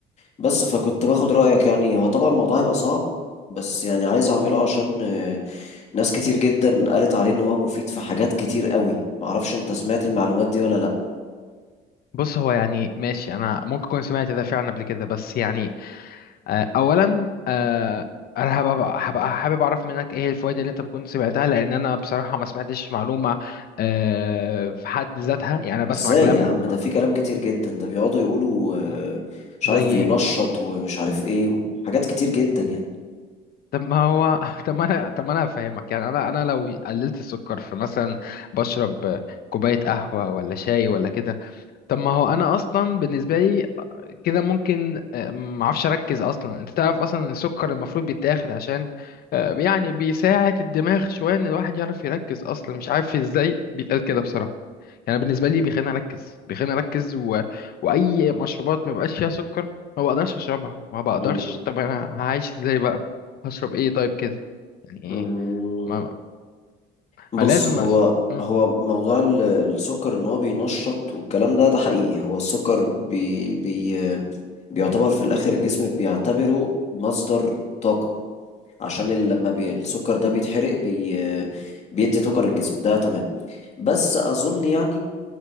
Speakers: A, on the left; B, on the left.
A: بس فكنت باخد رأيك يعني هو طبعا الموضوع هيبقى صعب بس يعني عايز اعمله عشان آه، ناس كتير جدا قالت عليه ان هو مفيد في حاجات كتير قوي معرفش انت سمعت المعلومات دي ولا لا
B: بص هو يعني ماشي انا ممكن اكون سمعت ده فعلا قبل كده بس يعني آه، اولا آه، انا هبقى هبقى حابب اعرف منك ايه الفوائد اللي انت كنت سمعتها لان انا بصراحه ما سمعتش معلومه آه، في حد ذاتها يعني انا بسمع
A: ازاي
B: كلام
A: يا عم ده في كلام كتير جدا ده بيقعدوا يقولوا
B: مم،
A: آه، مش
B: زي
A: عارف بينشط
B: ايه
A: ومش عارف ايه حاجات كتير جدا يعني
B: طب ما هو <laughs> طب ما انا طب ما انا هفهمك يعني انا انا لو قللت السكر في مثلا بشرب كوبايه قهوه ولا شاي ولا كده طب ما هو انا اصلا بالنسبه لي كده ممكن آه، ما اعرفش اركز اصلا انت تعرف اصلا ان السكر المفروض بيتاخد عشان آه، يعني بيساعد الدماغ شويه ان الواحد يعرف يركز اصلا مش عارف ازاي بيتقال كده بصراحه يعني بالنسبه لي بيخليني اركز بيخليني اركز و... واي مشروبات ما بقاش فيها سكر ما بقدرش اشربها ما بقدرش
A: مم.
B: طب انا هعيش ازاي بقى هشرب ايه طيب كده يعني ايه
A: مم.
B: ما,
A: بص
B: ما لازم
A: هو
B: أش... مم.
A: هو موضوع ال- السكر ان هو بينشط والكلام ده ده حقيقي هو السكر بي بي بيعتبر في الاخر الجسم بيعتبره مصدر طاقة عشان ال- لما بي السكر ده بيتحرق بي بيدي طاقة للجسم ده تمام بس اظن يعني